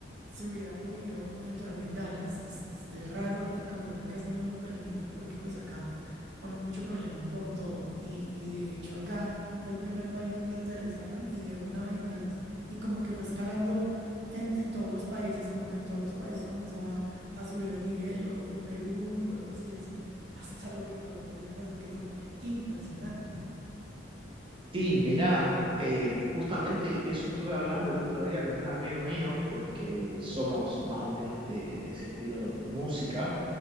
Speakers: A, on the right; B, on the right.
A: se hubiera podido entrar bengalas. Es, es- es raro, en Colombia casi no lo permiten porque pues acá ponen mucho problema por todo. Y, y de hecho acá fue el primer país donde aterrizaron y de una bengalas. Y como que fue escalando en, en todos los países, como que en todos los países comenzó a, a subir el nivel, luego fue Perú, luego así, así, hasta lo que pasó ayer en Brasil, que fue impresionante.
B: Sí, mirá, eh, justamente eso estuve hablando el otro día con un amigo mío, porque somos más o menos de, de ese estilo de música,